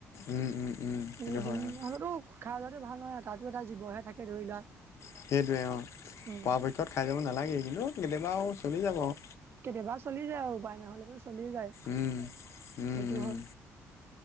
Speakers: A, on the left; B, on the right.
A: উম, উম, উম, সেইটো
B: কিন্তু
A: হয়
B: ডিম
A: হয়
B: হ'লেতো খাই যোৱাতো ভাল নহয়, তাতো এটা জীৱহে থাকে ধৰি লোৱা।
A: সেইটোৱে অ',
B: উম
A: পৰাপক্ষত খাই নালাগে কিন্তু চলি যাব আৰু।
B: কেতিয়াবা চলি যায় আৰু উপায় নহ'লেতো চলি যায়
A: উম, উম,
B: সেইটো
A: উম,
B: হয়।